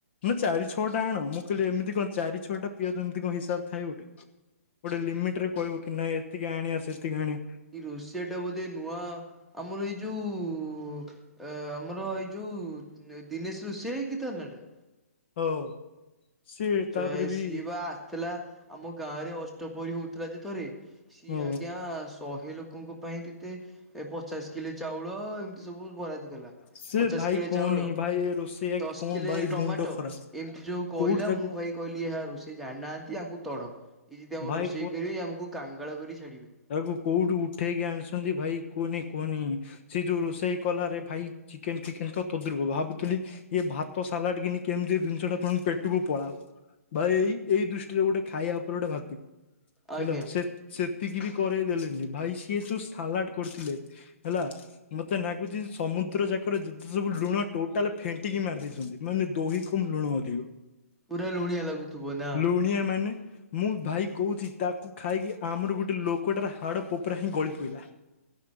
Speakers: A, on the left; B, in the centre.
A: ନା ଚାଳିସ ଟା ଆଣ ମୁଁ କହିଲି ଏମିତି କଣ ଚାରି ଛଅଟା ପିଆଜ ଏମିତି କଣ ହିସାବ ଥାଏ ଗୋଟେ। ଗୋଟେ ଲିମିଟିରେ କହିବ କି ନାଇଁ ଏତିକି ଆଣିଆ ସେତିକି ଆଣିଆ।
B: ଏଇ ରୁଷିଆଟା ବୋଧେ ନୂଆ ଆମର ଏଇ ଯୋଉ ଆ ଆମର ଏଇ ଯୋଉ ଦିନେଶ ରୋଷେୟା କି ତା ନାଟା।
A: ହଉ। ସିଏ
B: ଆଚ
A: ତାପରେ ବି
B: ସିଏ ବା ଆସ୍‌ଥିଲା ଆମ ଗାଁ ରେ ଅଷ୍ଟପହରି ହଉଥିଲା ଯେ ଥରେ ସିଏ
A: ଓ
B: ଆଜ୍ଞା ଶହେ ଲୋକଙ୍କ ପାଇଁ କେତେ ପଚାଶ କିଲେ ଚାଉଳ ଏମିତି ସବୁ ବରାଦ କଲା।
A: ସେ
B: ପଚାଶ
A: ଭାଇ
B: କିଲେ
A: କହନି
B: ଚାଉଳ
A: ଭାଇ ଏ ରୋଷେଇଆ
B: ଦଶ
A: କି କଣ
B: କିଲେ
A: ଭାଇ
B: ଟମାଟୋ
A: ମୁଣ୍ଡ ଖରାପ
B: ଏମିତି ଯୋଉ କହିଲା
A: କୋଉଠି ତାକୁ
B: ମୁଁ ପାଇଁ କହିଲି ଏହା ରୋଷେଇ ଜାଣିନାହାନ୍ତି ଆଙ୍କୁ ତଢ। ଏଇ ଯଦି ଆମ
A: ଭାଇ
B: ରୋଷେଇ କରିବେ ଆମକୁ କାଙ୍ଗଳ କରି ଛାଡିବେ।
A: ଆକୁ କୋଉଠୁ ଉଠେଇକି ଆଣିଛନ୍ତି ଭାଇ କୁହନି କୁହନି। ସେ ଯୋଉ ରୋଷେଇ କଲା ରେ ଭାଇ ଚିକେନ ଫିକେନ ତ ତଦୁର୍ପ ଭାବୁଥିଲି ଇଏ ଭାତ ସାଲାଡ କିିନି କେମିତି ଦିନିଷ ଟା ପୁଣି ପେଟକୁ ପଳାଉ। ଭାଇ ଏଇ ଦୃଷ୍ଟିରେ ଗୋଟେ ଖାଇବା ଉପରେ ଗୋଟେ ଭାବିନି
B: ଆଜ୍ଞା
A: ହେଲା ସେ ସେତିକି ବି କରେଇ ଦେଲେନି ଭାଇ ସିଏ ଯୋଉ ସାଲାଡ୍‌ କରିଥିଲେ। ହେଲା ମତେ ନାଗୁଛି ସମୁଦ୍ର ଯାକର ଯେତେ ସବୁ ଲୁଣ ଟୋଟାଲ ଫେଣ୍ଟିକି ମାରିଦେଇଛନ୍ତି। ମାନେ ଦହି କମ୍ ଲୁଣ ଅଧିକ
B: ପୁରା ଲୁଣିଆ ଲାଗୁଥିବ ନା।
A: ଲୁଣିଆ ମାନେ ମୁଁ ଭାଇ କହୁଚି ତାକୁ ଖାଇକି ଆମର ଗୋଟେ ଲୋକଟାର ହାଡ ପୋପରା ହିଁ ଗଳି ପଡ଼ିଲା।